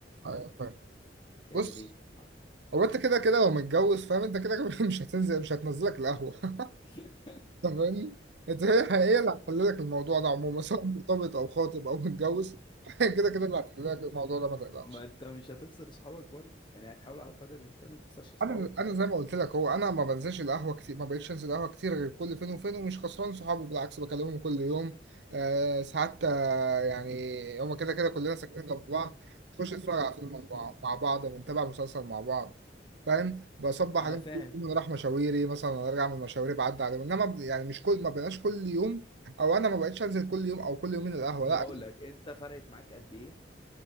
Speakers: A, on the right; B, on the left.
A: أيوه فاهم
B: تعمل
A: بص
B: ايه ما,
A: هو انت كده كده لو متجوز فاهم انت كده كده <laughs> مش هتنزل مش هتنزلك القهوة <laughs>
B: <laughs>
A: انت فاهمني انت هي هي اللي هتحل لك الموضوع ده عموما سواء مرتبط او خاطب او متجوز <laughs> هي كده كده اللي هتحل لك الموضوع ده ما تقلقش
B: ما انت مش هتخسر صحابك برضو يعني هتحاول على قدر الامكان ما تخسرش اصحابك
A: انا انا زي ما قلت لك هو انا ما بنزلش القهوه كتير ما بقتش انزل قهوه كتير غير كل فين وفين ومش خسران صحابي بالعكس بكلمهم كل يوم آه ساعات آه يعني هما كده كده كلنا ساكنين جنب بعض تخش نتفرج على فيلم مع بعض
B: مم.
A: مع بعض بنتابع مسلسل مع بعض فاهم بصبح
B: اه
A: عليهم
B: فاهم
A: كل يوم نروح مشاويري مثلا أنا ارجع من مشاويري بعدي عليهم انما ب- يعني مش كل ما بقناش كل يوم او انا ما بقتش انزل كل يوم او كل يومين القهوه
B: طب
A: لا
B: اقول لك انت فرقت معاك قد ايه